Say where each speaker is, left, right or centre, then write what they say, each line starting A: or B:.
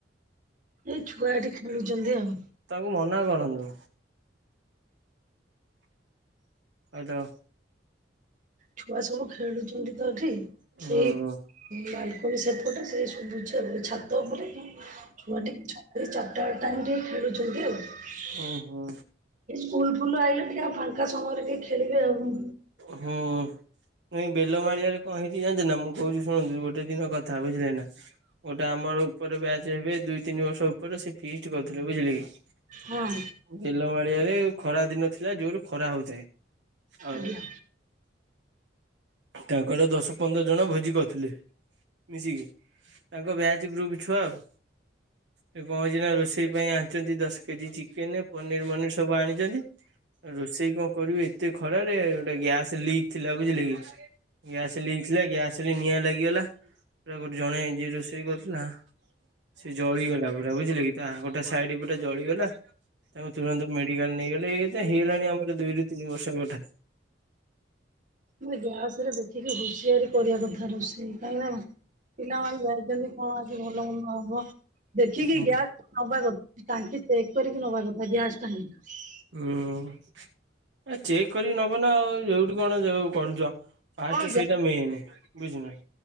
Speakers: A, on the right; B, on the right.
A: ଏ ଛୁଆ ଏଠି ଖେଳୁଚନ୍ତି ଆଉ।
B: ତାକୁ ମନା କରନ୍ତୁ। ଆଲୋ।
A: ଛୁଆ ସବୁ ଖେଳୁଛନ୍ତି ତ ଏଠି ସେଇ
B: ହୁଁ
A: ମାଇ ସବୁ ସେପଟେ ସେ ଶୁଭୁଚି ଆଉ ଛାତ ଉପରେ ଛୁଆଟେ ଏ ଚା ଚାଟାଏଳ ଟାଇମରେ ଖେଳୁଛନ୍ତି ଆଉ ଏ ସୁ
B: ଓହୋ
A: ସ୍କୁଲ ଫୁଲ ଆଇିଲେ ଟିକେ ଆ ଫାଙ୍କା ସମୟରେ ଟିକେ ଖେଳି ବେ ଆଉ।
B: ହୁଁ। ନାଇଁ ବେଲ ମାଳିଆରେ କଣ ହେଇଚି ଯାନଚନ୍ତିନା ମୁଁ କହୁଛି ଶୁଣନ୍ତୁ ଗୋଟେ ଦିନ କଥା ବୁଝିଲେ ନା। ଗୋଟେ ଆମର ଉପରେ ବ୍ୟାଚ ହେବେ ଦୁଇ ତିନି ବର୍ଷ ଉପରେ ସେ ଫିଷ୍ଟ କରିଥିଲେ ବୁଝିଲେ କି।
A: ହଁ।
B: ବେଲମାଳିଆରେ ଖରା ଦିନ ଥିଲା ଯୋର ଖରା ହଉଥାଏ। ଆଉ
A: ଆଜ୍ଞା।
B: ତାଙ୍କର ଦଶ ପନ୍ଦର ଜଣ ଭୋଜି କରୁଥିଲେ। ମିଶିକି ତାଙ୍କ ବ୍ୟାଚ୍ ଗ୍ରୁପ୍ ଛୁଆ ଆଉ। ସେ କଣ ହେଇଛି ନା ରୋଷେଇ ପାଇଁ ଆଣିଛନ୍ତି ଦଶ କେଜି ଚିକେନେ ପନିର ମନିର୍ ସବୁ ଆଣିଛନ୍ତି। ରୋଷେଇ କଣ କରିବି ଏତେ ଖରାରେ ଗୋଟେ ଗ୍ୟାସ୍ ଲିକ୍ ଥିଲା ବୁଝିଲେ କି ଗ୍ୟାସ୍ ଲିକ ଥିଲା ଗ୍ୟାସ୍ ରେ ନିଆଁ ଲାଗିଗଲା। ପୁରା ଗୋଟେ ଜଣେ ଯିଏ ରୋଷେଇ କରୁଥିଲା ସେ ଜଳିଗଲା ପୁରା ବୁଝିଲେ କି ତା ଆଁ ଗୋଟେ ସାଇଡ ପୁରା ଜଳିଗଲା। ତାଙ୍କୁ ତୁରନ୍ତ ମେଡିକାଲ ନେଇଗଲେ ଏଇତ ହେଇଗଲାଣି ଆମର ଦୁଇରୁ ତିନି ବର୍ଷ କଥା।
A: ମୁଁ କହିନି ଗ୍ୟାସ୍ ରେ ଦେଖିକି ହୁସିଆରି କରିବା କଥା ରୋଷେଇ। କାହିଁକିନା ପିଲାମାନେ ଯାଇଛନ୍ତି କଣ ଆଜି ଭଲ ମନ୍ଦ ହବ ଦେଖିକି
B: ହୁଁ
A: ଗ୍ୟାସ୍ ନବା କଥା। ଟାଙ୍କି ଚେକ୍ କରିକି ନବା କଥା ଗ୍ୟାସ୍ ଟାଙ୍କିଟା।
B: ହୁଁ ଚେକ୍ ଏ କରିକି ନବ ନା ଆଉ ଯୋଉଠି କଣ ଯୋଉ କଣ ଯ ଫାଷ୍ଟ
A: କଣ
B: ସେଇଟା ମେନେ ବୁଝିଲୁନାଁ।